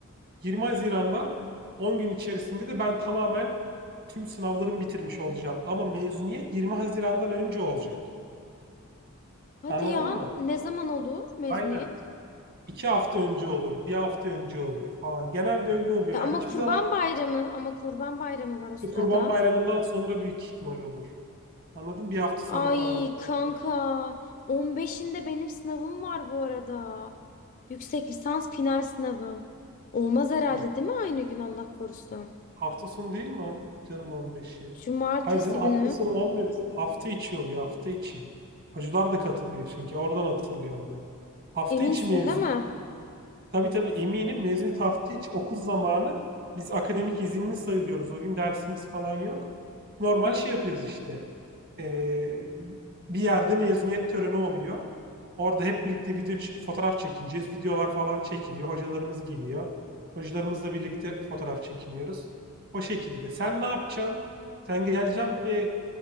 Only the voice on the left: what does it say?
Hadi
ya
ne zaman olur mezuniyet?
E, ama
Kurban
Bayramı, ama Kurban Bayramı var o
sırada.
Ay
kanka, 15'inde benim sınavım var bu arada. Yüksek lisans final sınavım. Olmaz herhalde
değil mi aynı gün Allah korusun?
Cumartesi
günü.
Eminsin
değil mi?
Hmm.